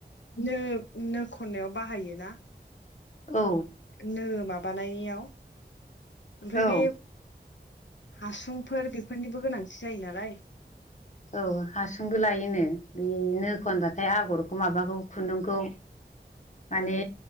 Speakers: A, on the left; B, on the left.
A: नो नो खननायाव बाहायो ना।
B: औ
A: नो माबानायाव ओमफ्राय
B: औ
A: बे हासुंफोर बेफोरनिबो गोनांथि जायो नालाय।
B: औ हासुंबो लायोनो बे नो खनबाथाय आगरखौ माबाखौ खुन्दुंखौ माने
A: औ